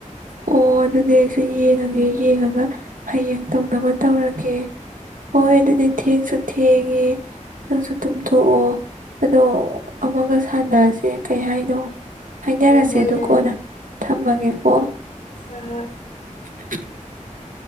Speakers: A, on the right; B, on the left.
A: ꯑꯣ ꯑꯗꯨꯗꯤ ꯑꯩꯁꯨ ꯌꯦꯡꯉꯒꯦ ꯌꯦꯡꯉꯒ ꯍꯌꯦꯡ ꯇꯧꯅꯕ ꯇꯧꯔꯒꯦ ꯍꯣꯏ ꯑꯗꯨꯗꯤ ꯊꯦꯡꯁꯨ ꯊꯦꯡꯉꯦ ꯅꯪꯁꯨ ꯇꯨꯝꯊꯣꯛꯑꯣ ꯑꯗꯣ ꯑꯃꯒ ꯁꯥꯟꯅꯔꯁꯦ ꯀꯩ ꯍꯥꯏꯅꯣ ꯍꯥꯏꯅꯔꯁꯦ
B: ꯍꯣꯏ
A: ꯑꯗꯨ
B: ꯌꯥꯏ
A: ꯀꯣꯟꯅ ꯊꯝꯃꯒꯦꯀꯣ
B: ꯑꯍꯣꯏ
A: <inaudible>